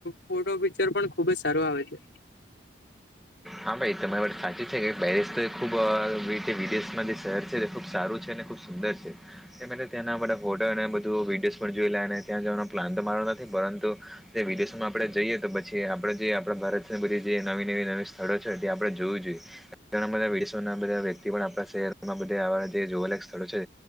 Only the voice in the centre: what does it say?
હા ભાઈ તમારી માટે સાચી છે કે પેરેસ તો ખૂબ વિદેશમાં જે શહેર છે તે ખુબ સારું છે ખૂબ સુંદર છે તેના બધા ફોટો અને બધું વિડીયો જોઈ લને ત્યા જવાનો પ્લાન તો મારો નથી પરંતુ જે વિદેશોમાં આપડે જઈએ, તો પછી આપડે જે આપડા ભારત ને બધી જે નવી નવી નવી સ્થળો છે, આપે જોવું જોઈએ ઘણા બધા વિદેશના બધા વ્યક્તિ પણ આપણા શહેરમાં બહુ જોવા સ્થળો છે,